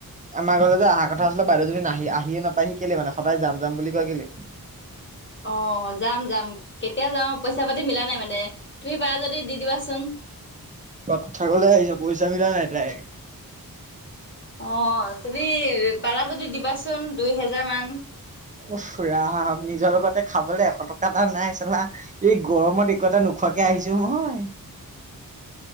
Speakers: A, on the right; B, on the left.
A: আমাৰ ঘৰলৈ যে অহা কথা আছিল, বাইদেউজনী নাহি আহিয়ে নাপায়হি যে, কেলেই? মানে সদায় যাম যাম বুলি কয়। কেলেই?
B: অ', যাম যাম। কেতিয়া যাওঁ, পইচা-পাতি মিলা নাই মানে। তুমি পাৰা যদি দি দিবাচোন
A: কথা ক'বল আহিছ। পইচা মিলা নাই তাইৰ।
B: অ', তুমি পাৰা যদি দিবাচোন। দুই হেজাৰ মান
A: উফ ৰাম--নিজ নিজৰ লগতে খাবলৈ এশ টকা এটা নাই চালা, এই গৰমত একো-এটা নোখোৱাকৈ আহিছো মই।
B: <unintelligible>